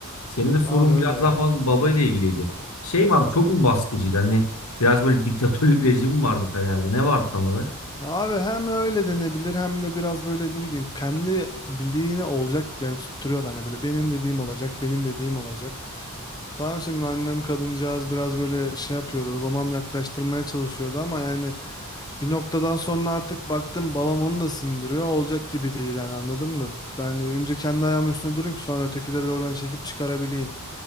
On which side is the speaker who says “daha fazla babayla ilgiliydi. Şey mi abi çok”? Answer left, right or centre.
Left